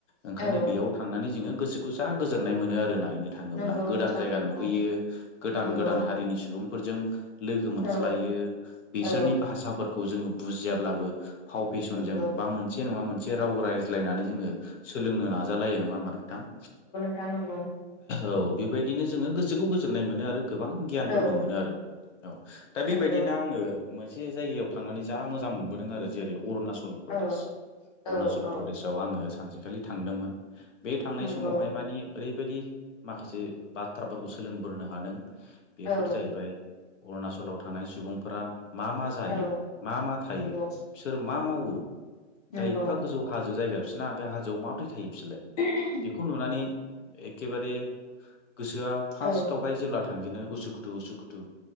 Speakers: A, on the left; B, on the left.
A: ओंखायनो
B: औ
A: बेयाव थांनानै जोङो गोसोखौ जा गोजोननाय मोनो आरो नायनो। थाङोब्ला
B: नंगौ
A: गोदान
B: नोंथां
A: जायगा
B: नंगौ
A: नुहैयो गोदान
B: नंगौ
A: गोदान हारिनि सुबुंफोरजों लोगो मोनज्लायो
B: औ
A: बिसोरनि
B: औ
A: भाषाफोरखौ जोङो बुजियाब्लाबो फाव फेसनजों
B: नंगौ
A: बा मोनसे नङा मोनसे राव रायज्लायनानै जोङो सोलोंनो नाजालायो नङा होमबा नोंथां?
B: नांगौ
A: औ बेबायदिनो जोङो गोसोखौ गोजोननाय मोनो आरो गोबां गियानफोरबो
B: औ
A: मोनो आरो। औ दा
B: नंगौ
A: बेबायदिनो आङो मोनसे जायगायाव थांनानै जा मोजां मोनबोदों आरो जेरै अरुणाचल प्रदेश
B: औ
A: अरुणाचल
B: औ औ
A: प्रदेशआव आङो सानसेखालि थांदोंमोन। बे थांनाय
B: नंगौ
A: समावहाय मानिे ओरैबायदि माखासे बाथ्राफोरखौ सोलोंबोनो हादों बेफोर
B: औ
A: जाहैबाय अरुणचलाव थानाय सुबुंफोरा मा मा जायो
B: औ
A: मा मा थायो?
B: नंगौ
A: बिसोर मा मावो
B: नंगौ
A: दा एफा गोजौ हाजो जायगा बिसोरना बे हाजोआव माबोरै थायो बिसोरलाय?
B: <inaudible>
A: बे खौ नुनानै एखेबारे गोसोआ फार्टावहाय
B: औ
A: जेब्ला थांजनो उसुखुथु उसुखुथु